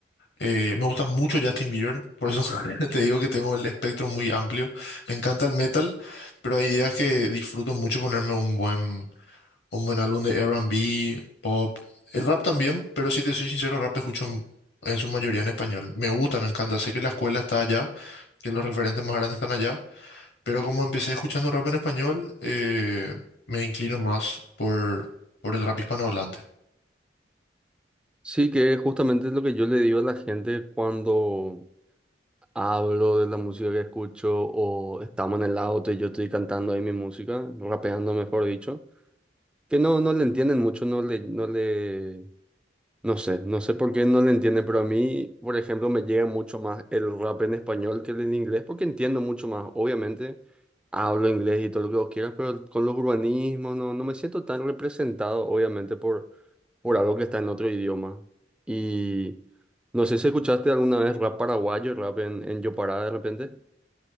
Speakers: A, on the left; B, in the centre.
A: eh, me gusta mucho Justin Bieber, por eso <laughs> te digo que tengo el espectro muy amplio. Me encanta el metal, pero hay días que disfruto mucho ponerme un buen un buen álbum de R&B, pop. El rap también, pero si te soy sincero, rap escucho en en su mayoría en español. Me gusta, me encanta. Sé que la escuela está allá, que los referentes más grandes están allá, pero como empecé escuchando rap en español, eh, me inclino más por, por el rap hispanohablante.
B: Sí, que es justamente lo que yo le digo a la gente cuando hablo de la música que escucho o estamos en el auto y yo estoy cantando ahí mi música, rapeando mejor dicho, que no, no le entienden mucho, no le, no le, No sé, no sé por qué no le entiende, pero a mí, por ejemplo, me llega mucho más el rap en español que el en inglés, porque entiendo mucho más. Obviamente, hablo inglés y todo lo que vos quieras, pero con los urbanismos no, no me siento tan representado, obviamente, por, por algo que está en otro idioma. Y no sé si escuchaste alguna vez rap paraguayo, rap en, en Yopará de repente.